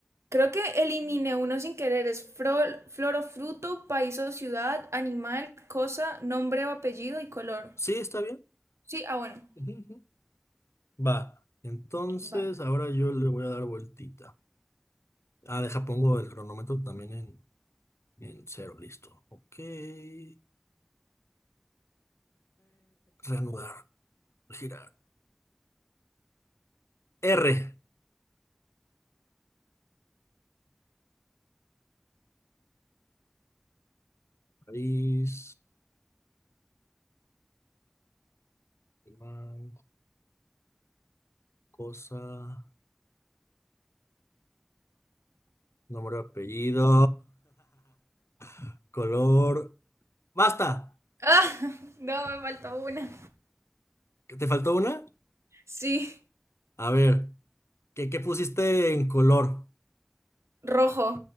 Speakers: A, on the right; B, on the left.
A: Creo que eliminé uno sin querer. Es flor, flor o fruto, país o ciudad, animal, cosa, nombre o apellido y color.
B: Sí, está bien.
A: Sí, ah, bueno.
B: <laughs> Va. Entonces,
A: Va.
B: ahora yo le voy a dar vueltita. Ah, deja, pongo el cronómetro también en, en cero. Listo. Ok. Eh, reanudar. Girar. R. País. animal, Cosa. Nombre, apellido. <laughs> Color. ¡Basta!
A: Ah, <laughs> no, me faltó una.
B: ¿Que ¿Te faltó una?
A: Sí,
B: A ver. ¿Qué, qué pusiste en color?
A: rojo.